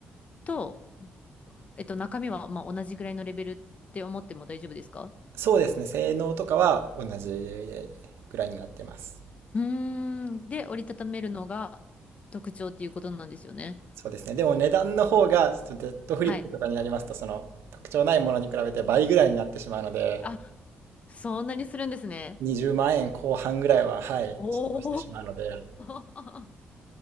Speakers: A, on the left; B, on the right.
A: と、えっと、中身は、まあ同じぐらいのレベルって思っても大丈夫ですか
B: そうですね。性能とかは同じぐらいになってます。
A: うーん。で、折りたためるのが特徴っていうことなんですよね。
B: そうですね。でも値段の方が、ちょっとデッドフリップとかになりますと、
A: はい。
B: その特徴ないものに比べて倍ぐらいになってしまうので、
A: あ、そんなにするんですね。
B: 20万円後半ぐらいは、はい、
A: お
B: ちょっとしてしまうので、
A: ー。